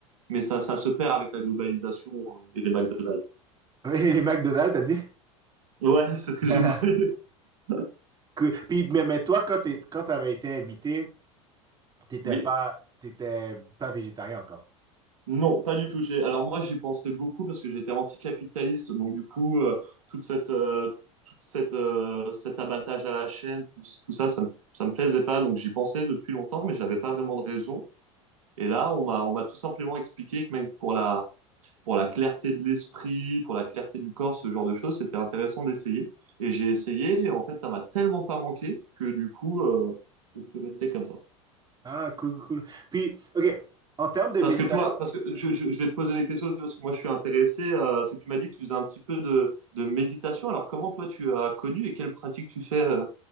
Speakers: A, on the right; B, on the right.
A: Mais ça, ça se perd avec la globalisation euh, et les McDonald's.
B: Oui, Les McDonald's, t'as dit?
A: Ouais, c'est ce
B: <laughs>
A: que j'ai dit. <laughs>
B: Cool. Puis, mais, mais toi, quand t'es, quand t'avais été invité, t'étais
A: Oui.
B: pas, t'étais pas végétarien encore.
A: Non, pas du tout. J'ai, alors moi, j'y pensais beaucoup parce que j'étais anticapitaliste. Donc du coup, euh, toute cette, euh, toute cette, euh, cet abattage à la chaîne, tout, tout ça, ça me, ça me plaisait pas. Donc j'y pensais depuis longtemps, mais j'avais pas vraiment de raison. Et là, on m'a, on m'a tout simplement expliqué que même pour la, pour la clarté de l'esprit, pour la clarté du corps, ce genre de choses, c'était intéressant d'essayer. Et j'ai essayé. Et en fait, ça m'a tellement pas manqué que du coup, euh, je suis resté comme ça.
B: Ah, cool, cool, cool. Puis, OK, en termes de
A: Parce
B: méditation,
A: que toi, parce que je, je, je vais te poser des questions, c'est parce que moi je suis intéressé. Euh, c'est que tu m'as dit que tu faisais un petit peu de, de méditation. Alors comment toi tu as connu et quelle pratique tu fais euh